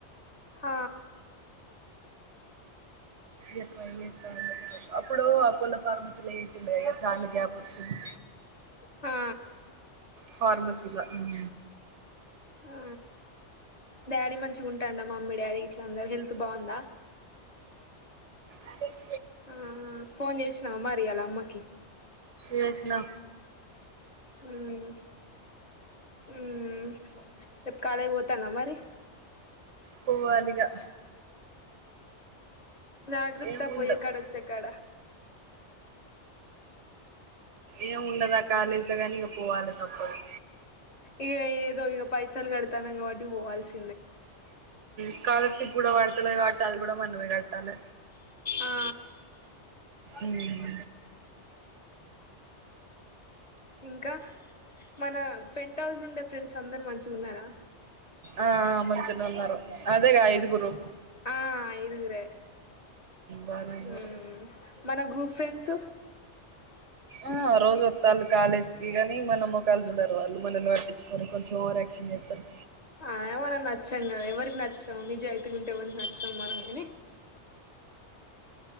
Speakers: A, on the left; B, on the right.
A: హ
B: ఏ ఏ అప్పుడు అప్పులో ఫార్మసీలో చేసిండేగా చాల గ్యాప్ వచ్చింది.
A: హా
B: ఫార్మసీల ఉమ్
A: ఆ డాడీ మంచిగా ఉంటాండమ్. మమ్మీ డాడీ ఇట్ల అందరు హెల్త్ బాగుందా.
B: అంతే
A: ఆ ఆ ఫోన్ చేసినవ నంబర్ ఇయ్యాల మ్మకి
B: చేషిన
A: ఉమ్ ఉమ్ రేపు కాలేజ్ కి పోతానావ మరి
B: పోవాలిగా
A: జాగ్రత్త
B: ఏముండదు
A: పోయి ఎ కాడ వచ్చ కాడ
B: ఏం ఉండదు ఆ కాలేజీలో కాని పోవాలి తప్పదు
A: ఇగ ఏదో ఈగ పైసలు గడతానం కాబట్టి పోవల్సి
B: స్కాలర్షిప్ కూడా వాడుతు కాట్ అది కూడా మనమే కాట్టి ల
A: ఆ
B: ఉమ్
A: ఇంకా మన పెన్ట్ హౌస్ ఉండే ఫ్రెండ్స్ అందరు మంచిగ ఉన్నారా
B: ఆ మంచనే ఉన్నారు అదేగా ఐదుగురు
A: ఆ ఐదుగురే
B: బానే ఉన్నారు
A: ఊమ్ మన గ్రూప్ ఫ్రెండ్స్
B: ఆ రోజు వస్త వాళ్ళు కాలేజ్కిి కాని మనం ఒకకాళ్ళ చూడరు వాళ్ళు మనల్ని పట్టించుకోరు కొంచెం ఓర్యాక్షన్ వేస్తారు
A: ఆ మనం నచ్చాం కదా ఎవరికి నచ్చము నిజం అవుతుకుంటే ఎవరిని నచ్చ సో మరంగానే